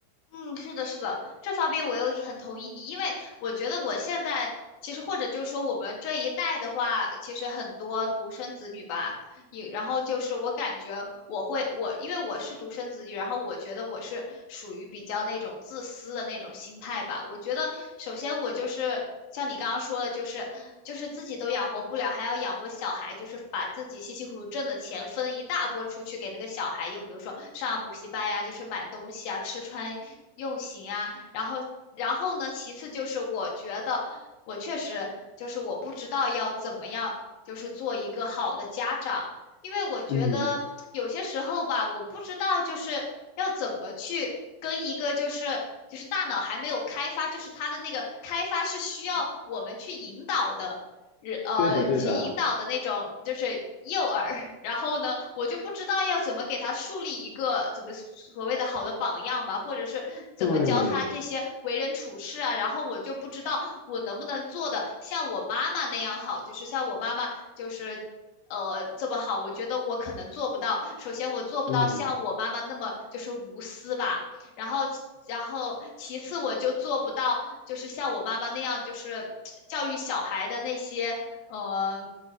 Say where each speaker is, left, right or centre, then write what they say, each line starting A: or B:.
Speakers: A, on the left; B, on the left.
A: 嗯，是的，是的，这方面我又很同意你，因为我觉得我现在。其实，或者就是说，我们这一代的话，其实很多独生子女吧，也然后就是我感觉我会我因为我是独生子女，然后我觉得我是属于比较那种自私的那种心态吧。我觉得首先我就是像你刚刚说的，就是就是自己都养活不了，还要养活小孩，就是把自己辛辛苦苦挣的钱分一大波出去给那个小孩，又比如说上补习班呀，就是买东西啊，吃穿用行啊，然后然后呢，其次就是我觉得。我确实就是我不知道要怎么样，就是做一个好的家长，因为我觉得有些时候吧，
B: 嗯，
A: 我不知道就是要怎么去跟一个就是就是大脑还没有开发，就是他的那个开发是需要我们去引导的，人呃去引导的那种就是诱饵。
B: 对的，对的，
A: <laughs> 然后呢，我就不知道要怎么给他树立一个怎么所谓的好的榜样吧，或者是怎么教他这些为人处事啊。
B: 对，
A: 然后我就不知道我能不能做的像我妈妈那样好，就是像我妈妈就是呃这么好，我觉得我可能做不到。首先，我做不到像我妈妈那么就是无私吧，
B: 嗯。
A: 然后其然后其次，我就做不到就是像我妈妈那样，就是教育小孩的那些呃